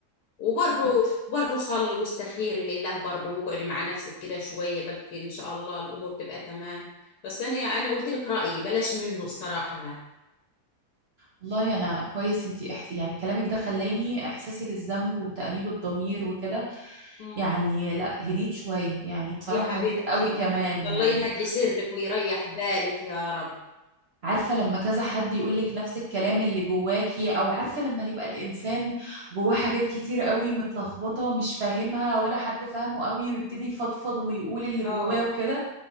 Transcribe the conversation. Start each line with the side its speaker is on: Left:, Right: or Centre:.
Left: وبرضه
Right: طب
Left: برضه صلي واستخيري لله برضه واقعدي مع نفسك كده شويه بلكي ان شاء الله الامور تبقى تمام بس انا انا قلت لك رايي بلاش منه الصراحه ها.
Right: والله انا كويس انتي إح... يعني كلامك ده خلاني احساسي بالذنب وتأنيب الضمير وكده
Left: مم.
Right: يعني لا هديت شويه يعني بصراحه
Left: يا حبيبتي
Right: هديت قوي كمان
Left: يا حبيبتي الله
Right: يعني
Left: يهدي سرك ويريح بالك يا رب
Right: عارفة لما كذا حد يقولك نفس الكلام اللي جواكي أو عارفة لما يبقى الإنسان جواه حاجات كتير قوي متلخبطة مش فاهمها ولا حد فاهمه قوي ويبتدي يفضفض ويقول اللي
Left: اه
Right: جواه وكده